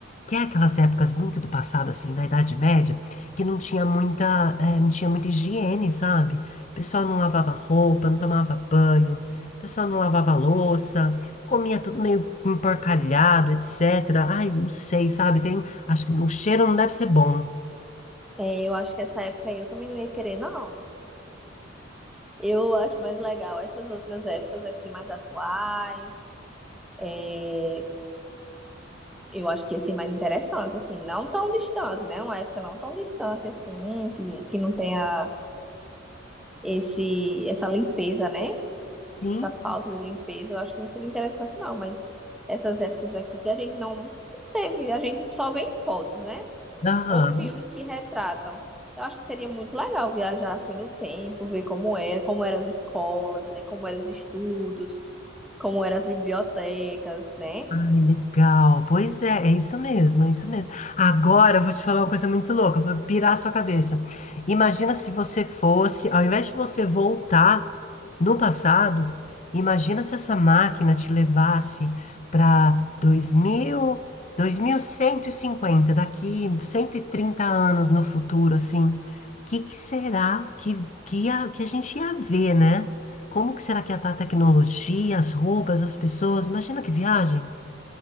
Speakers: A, on the left; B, in the centre.
A: que é aquelas épocas muito do passado, assim, da Idade Média, que não tinha muita, eh, não tinha muita higiene, sabe? O pessoal não lavava roupa, não tomava banho, o pessoal não lavava louça, comia tudo meio emporcalhado, etc. Ai, não sei, sabe? Tem, acho que o cheiro não deve ser bom.
B: É, eu acho que essa época aí eu também não ia querer, não. Eu acho mais legal essas outras épocas aqui mais atuais. é, eu acho que ia ser mais interessante, assim, não tão distante, né? Uma época não tão distante assim, que, que não tenha esse, essa limpeza, né?
A: Sim,
B: essa falta de limpeza, eu acho que não seria interessante, não, mas essas épocas aqui que a gente não teve, a gente só vê em fotos, né?
A: aham.
B: Ou filmes que retratam. Eu acho que seria muito legal viajar assim no tempo, ver como era, como eram as escolas, né? Como eram os estudos, como eram as bibliotecas, né?
A: Ai, legal. Pois é, é isso mesmo, é isso mesmo. Agora eu vou te falar uma coisa muito louca, vou pirar a sua cabeça. Imagina se você fosse, ao invés de você voltar no passado, imagina se essa máquina te levasse para dois dois mil, dois mil cento e cinquenta, daqui 130 anos no futuro, assim. O que que será que, que, a, que a gente ia ver, né? Como que será que ia estar a tecnologia, as roupas, as pessoas? Imagina que viagem.